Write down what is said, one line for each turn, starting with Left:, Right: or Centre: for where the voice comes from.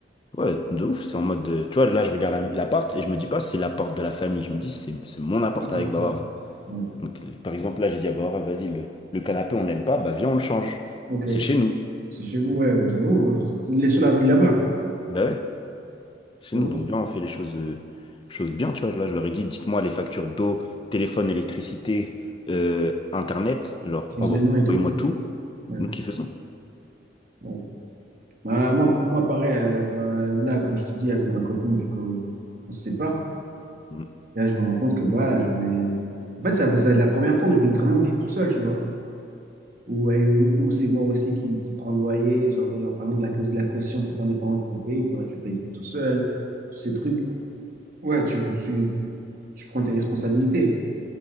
Left: Ouais, de ouf. C'est en mode. de- Tu vois, là, je regarde la- l'appart et je me dis pas, c'est l'appart de la famille. Je me dis, c'est c'est mon appart
Right: Ouais.
Left: avec Barara.
Right: Ouais.
Left: Donc, par exemple, là, j'ai dit à Barara, vas-y, le, le canapé, on l'aime pas, bah viens, on le change.
Right: Ok.
Left: C'est chez nous.
Right: C'est chez vous, ouais, j'avoue. ouais. C'est les seuls à vivre là-bas.
Left: Bah ouais, chez
Right: Mhm.
Left: nous. Donc, viens, on fait les choses, euh, choses bien. Tu vois, là, je leur ai dit, dites-moi les factures d'eau, téléphone, électricité, euh, internet. Genre,
Right: changer
Left: envoyez-moi
Right: le nom et tout.
Left: tout.
Right: Ouais.
Left: Et nous qui faisons.
Right: Ouais. Bah, moi, pour moi, pareil, euh, bah, là, comme je te dis, avec ma copine, vu qu'on on se sépare,
Left: Mm.
Right: là, je me rends compte que voilà, je vais. En fait, ça, va ça va être la première fois où je vais vraiment vivre tout seul, tu vois. Où, et où, où c'est moi aussi qui, qui prends le loyer. Genre, genre, par exemple, la cause de la caution, c'est pas mes parents qui vont payer, il faudra que je paye tout seul, tous ces trucs. Ouais, tu, tu, tu prends tes responsabilités.